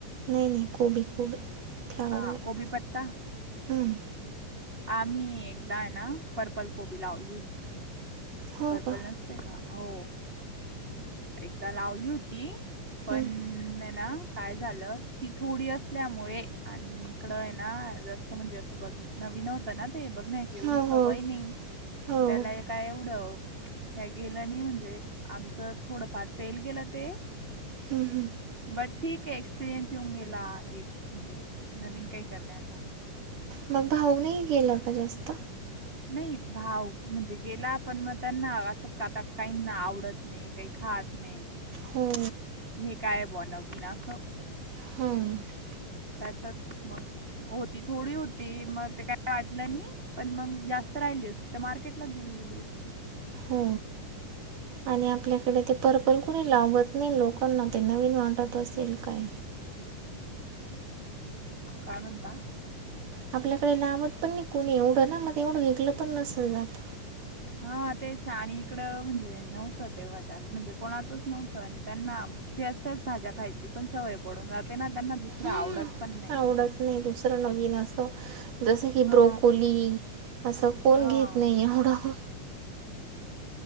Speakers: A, on the right; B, on the right.
A: नाही, नाही कोबी, कोबी फ्लावर
B: ह
A: नाही
B: कोबी पत्ता
A: हम्म
B: आम्ही एकदा आहे ना पर्पल कोबी लावली होती
A: हो
B: पर्पल
A: का
B: नसते का हो एकदा लावली होती पण
A: हम्म,
B: आहे ना काय झालं ती थोडी असल्यामुळे आणि इकड आहे ना जास्त म्हणजे असं बघ नवीन होत ना ते बघण्याची एवढी
A: हो
B: सवय
A: हो
B: नाही
A: हो
B: मग त्याला
A: हम्म,
B: काय एवडं काय गेलं नाही म्हणजे आमचं थोडंफार फेल गेलं ते
A: ह, ह
B: बर ठीक आहे एक्सपिरियन्स येऊन गेला एक म्हणजे नवीन काही करण्याचा
A: मग भाव नई गेलं का जास्त
B: नाही भाव म्हणजे गेला आपण मग त्यांनाता काहीना आवडत नाही, काही खात नाही
A: हो
B: हे काय बानवीन असं
A: ह
B: त्यातच मग होती थोडी होती मग ते काय वाटलं नाही पण मग जास्त राहिली असती तर मार्केटलाच दिली गेली असती
A: हो आणि आपल्याकडे ते पर्पल कुणी लावत नाही लोकांना ते नवीन वाटत असेल काय
B: काय म्हणता
A: आपल्याकडे लावत पण नाही कोणी एवढं ना मग एवढं विकल पण नसल जात
B: हा तेच आणि इकडं म्हणजे नव्हतं तेव्हाजा म्हणजे कोणातच नव्हतं आणि त्यांना ते असतेच भाज्या खायची पण सवय पडून जाते ना त्यांना दुसरं
A: हं,
B: आवडत पण नाही.
A: आवडत नाही दुसरं नवीन अस जसं की
B: हा
A: ब्रोकोली असं कोण
B: हा
A: घेत नाही एवढं